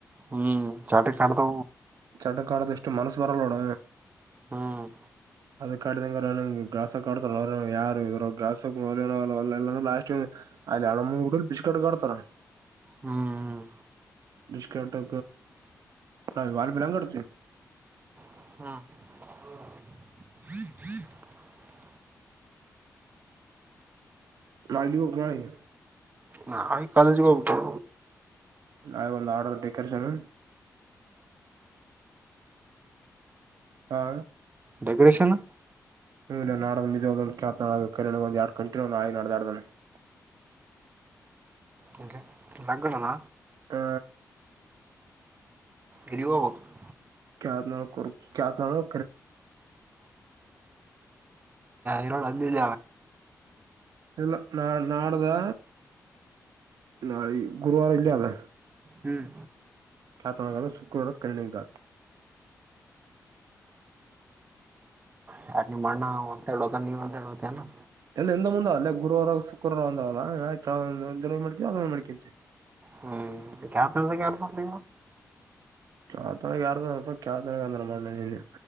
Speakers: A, on the right; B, on the right.
A: ಹ್ಮ್ ಚಾಟೆ ಕಾಣಂಡತ
B: ಚಡ್ಡ ಕಾಡದಷ್ಟು ಮನಸ್ಸು ಬರಲ್ಲೋಡ
A: ಹ್ಮ್
B: ಅದ ಕಾಡ್ದಂಗ ಗ್ರಾಾಸ ಕಡ್ ತೋ ಯಾರ ಇವರ ಗ್ರಾಸ್ ಕಮ ಲಾಸ್ಟ್ ಅಲ್ಲಿ ಹಣಮ್ಮಡ ಬಿಸ್ ಕಡ್ ಆಡ್ತಾರ
A: ಹ್ಮ್
B: ಬಷ್ಕಟ ನ ವಾಲ್ ಬಿ ನಂಗ ಕಡ್ತ
A: ಹ್ಮ್
B: ನಾವ್ ಇಲ್ಲಿಗ್ ಹೋಗ್ಬೇಕ್ ನಾಳಿಗೆ
A: ನಾ ಈಗ ಕಾಲೇಜಿಗೆ ಹೋಗಬೇಕು
B: ನಾಳೆ ಒಂದು ಆರ್ಡರ್ ಡೆಕೋರೇಷನ್ ಹಾ
A: ಡೆಕೋರಷನ್
B: <unintelligible>
A: ಯಾಕೆ <unintelligible>
B: ಹ
A: ಇಲ್ಲಿಗ್ ಹೋಗ್ಬೇಕು
B: ಕತ್ನಾಳ ಕತ್ನಾಳಕ್ಕಡಿ
A: ಇರೋಡು ಅಲ್ಲೆನ
B: ಇಲ್ಲ ಇಲ್ಲ ನಾಡಿದು ನಾಳೆ ಗುರುವಾರ ಇಲ್ಲೇ ಆದ
A: ಹ್ಮ್
B: ಕ್ಯಾತಾಹಳ್ಳಿ ಶುಕ್ರವಾರ ಕಳಲ್ಲಿ ಘಾಟ್
A: ಯಾರ್ ನಿಮ್ಮ ಅಣ್ಣ ಒನ್ ಸೈಡ್ತ ಹೋಗ್ತಾನ ನೀನು ಒನ್ ಸೈಡ್ ಹೋಗ್ತಿನೆಯ
B: ಎಲ್ಲ ಹಿಂದಮುಂದ ಗುರುವವಾರ ಶುಕ್ರವಾರ ಒಂದಲ್ಲ ಆಯ್ತ ಆವ ಒಂದು ಮಾಡ್ತವಿ ಆವ ಒಂದು ಮಾಡ್ಕೋತೀವಿ
A: ಹ್ಮ್ ಕ್ಯಾತಹಳ್ಳಿ ಯಾರ್ ಮನೆ
B: ಕ್ಯಾತಹಳ್ಳಿ ಯಾರ್ದ ಆ ಕ್ಯಾತಹಳ್ಳಿ ನಾನು ಏನ್ ಹೇಳಿ